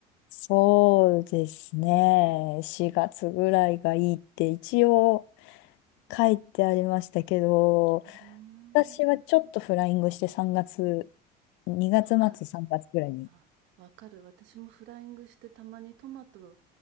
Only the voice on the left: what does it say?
そうですね。4月ぐらいがいいって一応書いてありましたけど、
私はちょっとフライングして3月、2月末、
3月ぐらいに。